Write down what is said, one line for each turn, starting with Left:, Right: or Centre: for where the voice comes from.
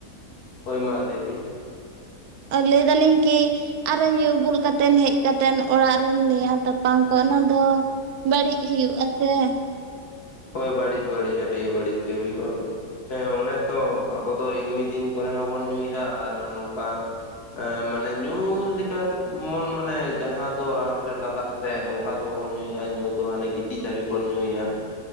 Left: ᱦᱳᱭ, ᱢᱟ ᱞᱟᱹᱭ ᱵᱤᱱ᱾
Right: ᱞᱟᱹᱭ ᱫᱟᱞᱤᱧ ᱠᱤ ᱟᱨᱚ ᱧᱩ ᱵᱩᱞ ᱠᱟᱛᱮᱢ ᱦᱮᱡ ᱠᱟᱛᱮᱢ ᱚᱲᱟᱜ ᱨᱮᱢ ᱱᱮᱭᱟᱣ ᱛᱟᱯᱟᱢ ᱠᱚ ᱚᱱᱟ ᱫᱚ ᱵᱟᱹᱲᱤᱡ ᱦᱩᱭᱩᱜᱼᱟ ᱥᱮ ᱾
Left: ᱦᱳᱭ, ᱵᱟᱹᱲᱤᱡ ᱵᱟᱹᱲᱤᱡ ᱟᱹᱰᱤ ᱵᱟᱹᱲᱤᱡ ᱜᱮ ᱦᱩᱭᱩᱜᱼᱟ ᱾ ᱦᱮᱸ, ᱚᱱᱮ ᱛᱚ ᱟᱵᱚ ᱫᱚ ᱮᱢᱱᱤ ᱫᱤᱱ ᱠᱚᱨᱮ ᱦᱚᱸᱵᱚᱱ ᱧᱩᱭᱮᱜᱼᱟ ᱟᱨ ᱱᱚᱝᱠᱟ ᱮ ᱢᱟᱱᱮ ᱧᱩ ᱞᱮᱠᱟ ᱫᱚ ᱚᱱ ᱢᱟᱱᱮ ᱡᱟᱦᱟᱸ ᱫᱚ ᱨᱟᱱ ᱨᱮ ᱞᱟᱜᱟᱜ ᱥᱮ ᱚᱝᱠᱟ ᱫᱚ ᱵᱟᱵᱚᱱ ᱧᱩᱭᱟ ᱧᱩ ᱫᱚ ᱦᱟᱱᱮ ᱜᱤᱛᱤᱡ ᱫᱷᱟᱹᱵᱤᱡ ᱵᱚᱱ ᱧᱩᱭᱮᱜᱼᱟ ᱾